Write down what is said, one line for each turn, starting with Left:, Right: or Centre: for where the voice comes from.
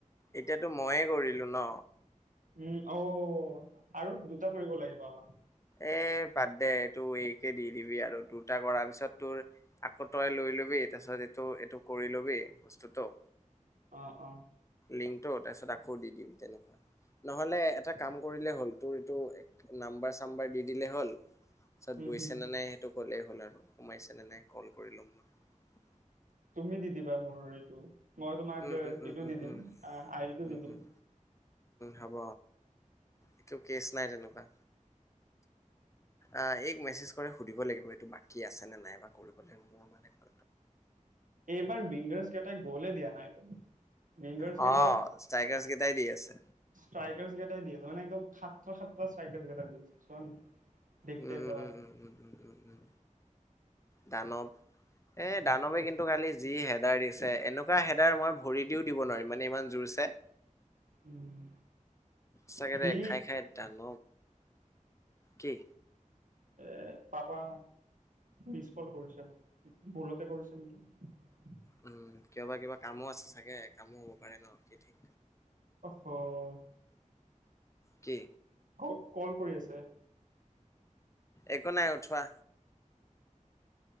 Left: এতিয়াতো মইয়ে কৰিলো ন
Right: উম অ আৰু দুটা কৰিব লাগিব আমাক
Left: এ বাদ দে তোৰ এইকে দি দিবি আৰু দুটা কৰাৰ পিছত তোৰ আকৌ তই লৈ লবি তাৰছত এইটো এইটো কৰি লবিেই বস্তুতটো
Right: অ অ
Left: ং তাৰপিছ আকৌ দি দিম তেনেকুৱা নহলে এটা কাম কৰিলে হ'ল তোৰ এইটো নাম্বাৰ চাম্বাৰ দি দিলে হ'ল তাৰিছত
Right: উম
Left: গৈছে
Right: হম
Left: নে নাই সেইটো ক'লেই হ'ল আৰু সোমাইছে নে নাই কল কৰি ল'ম মই
Right: তুমি দি দিবা মোৰ এইটো মই তোমাক
Left: উম
Right: এইটো
Left: উম উম উম
Right: দি দিম
Left: উম
Right: আইৰিটো
Left: উম
Right: দি দিম
Left: উম হ'ব একো কেছ নাই তেনেকুৱা অ এক মেছেজ কৰে সুধিব লাগিব এইটো বাকী আছে নে নাই বা কৰিব লাগ মোৰ মানে <inaudible>
Right: এইবাৰ উংগাৰছ কেইটাই গ'লে দিয়া নাইৰে বিংগ
Left: অ
Right: কেইটা
Left: ষ্টাইকাৰ্চ কেইটাই দি আছে
Right: ষ্ট্ৰাইক কেইটা এ দিয়া তাৰানে একদম খাত্ৰ খাত্ৰ চাই জটা দি আছে চোৱা নাই ডিকট
Left: উম
Right: ত
Left: উম উম উম উম উম উম উম। দানৱ এ দানৱে কিন্তু
Right: তো
Left: কালি যি হেদাৰ দিছে এনেকুৱা হেদাৰ মই ভৰি দিও দিব নোৱাৰিম মানে ইমান জোৰ চ
Right: উম,
Left: চাকেৰে
Right: সি
Left: খাই খাই ডান কি
Right: এ পাপা মছকল কৰিছে আ মাক ভুলতে কৰিছে নেকি
Left: উম, কিয় বা কিয় বা কামো আছে চাগে কামো হ'ব পাৰে ন কি ঠিক।
Right: অ'।
Left: কি?
Right: ক কল কৰি আছে।
Left: একো নাই উঠোৱা।